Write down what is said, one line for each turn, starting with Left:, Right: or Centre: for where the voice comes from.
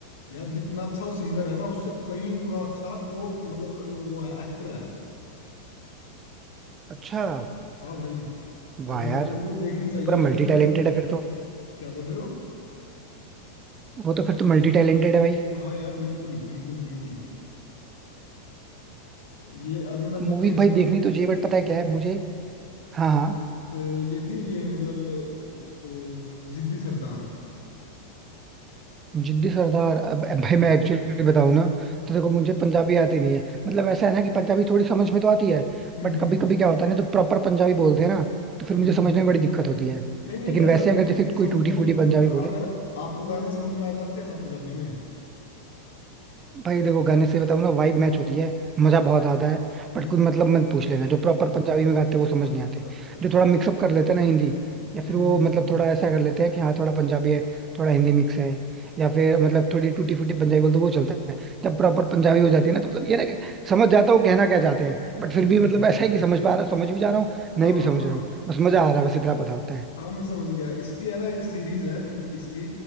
Left: यार जितना अच्छा वो सिंगर है ना उससे कई गुना अच्छा वो मतलब अ, वो है एक्टर है
Right: अच्छा
Left: हाँ भाई अ, तेरे
Right: वाह यार
Left: को देखनी चाहिए
Right: तो पूरा
Left: उसकी
Right: मल्टी
Left: मतलब
Right: टैलेंटेड है फिर तो
Left: क्या बोल रहे हो
Right: वो तो फिर तो मल्टी टैलेंटेड है भाई
Left: हाँ यार बिल्कुल बिल्कुल बिल्कुल ये अभी मैं
Right: मूवीज
Left: जो देख
Right: भाई
Left: रहा था
Right: देखनी
Left: ना ये
Right: तो चाहिए बट पता है क्या है मुझे हाँ हाँ
Left: अ, ये थी ये मतलब अ, वो जिद्दी सरदार <laughs>
Right: जिद्दी सरदार अब अब भाई मैं एक्चुअली बताऊँ ना तो देखो मुझे पंजाबी आती नहीं है मतलब ऐसा है ना कि पंजाबी थोड़ी समझ में तो आती है
Left: हम्म
Right: बट
Left: हम्म
Right: कभी कभी क्या होता है ना तो प्रॉपर पंजाबी बोलते हैं ना तो फिर
Left: हम्म
Right: मुझे
Left: हम्म,
Right: समझने
Left: हम्म, हम्म,
Right: में
Left: हम्म।
Right: बड़ी दिक्कत होती है
Left: नहीं नहीं
Right: लेकिन
Left: ऐसा
Right: वैसे
Left: कुछ
Right: अगर
Left: मतलब
Right: जैसे कोई
Left: समझने
Right: टूटी
Left: में
Right: फूटी
Left: कोई
Right: पंजाबी
Left: प्र-
Right: बोले
Left: अगर आपको गाने समझ में आ जाते हैं ना पंजाबी में <laughs>
Right: भाई देखो गाने से बताऊं ना वाइब मैच होती है मजा बहुत आता है बट
Left: हम्म,
Right: कोई मतलब मत पूछ लेना जो प्रॉपर पंजाबी में गाते हैं वो समझ
Left: अच्छा
Right: नहीं आते
Left: अच्छा अच्छा
Right: जो थोड़ा मिक्सअप कर लेते हैं ना हिंदी
Left: <laughs>
Right: या फिर
Left: हम्म हम्म
Right: वो मतलब
Left: हम्म
Right: थोड़ा ऐसा कर लेते हैं कि हाँ थोड़ा पंजाबी है थोड़ा हिंदी मिक्स है या फिर मतलब थोड़ी टूटी फूटी पंजाबी बोलते हैं, वो चलता है जब प्रॉपर पंजाबी हो जाती है ना तो मतलब ये ना कि समझ जाता हूँ कहना क्या चाहते हैं बट
Left: हम्म
Right: फिर भी
Left: हम्म
Right: मतलब
Left: हम्म
Right: ऐसा
Left: हम्म, हम्म,
Right: है कि
Left: हम्म।
Right: समझ पा रहा समझ भी जा रहा हूँ नहीं
Left: हाँ
Right: भी
Left: हाँ
Right: समझ
Left: हाँ
Right: रहा हूँ बस मजा आ रहा है बस इतना पता होता है
Left: हाँ मैं समझ गया इसकी है ना एक सीरीज है न- इसकी